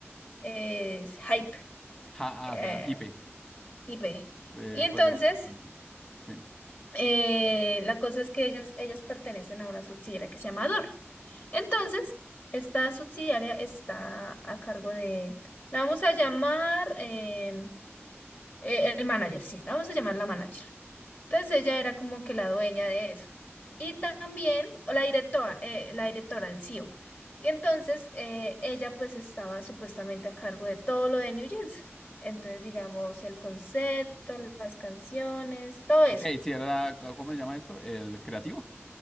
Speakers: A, on the left; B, on the left.
A: Es Hype,
B: Ja,
A: eh,
B: ah, o sea, Hipe.
A: IP.
B: Eh,
A: Y entonces,
B: ¿cómo se llama esto? Bueno, sí. Sí.
A: Eh, la cosa es que ellas, ellas pertenecen a una subsidiaria que se llama DOR. Entonces, esta subsidiaria está a cargo de, la vamos a llamar eh, eh, el manager, sí, la vamos a llamar la manager. Entonces, ella era como que la dueña de eso. Y también o la directora, eh, la directora del CEO. Y entonces, eh, ella pues estaba supuestamente a cargo de todo lo de New Jeans. Entonces, digamos, el concepto, las canciones, todo eso.
B: Ok, si era, ¿cómo se llama esto? El creativo.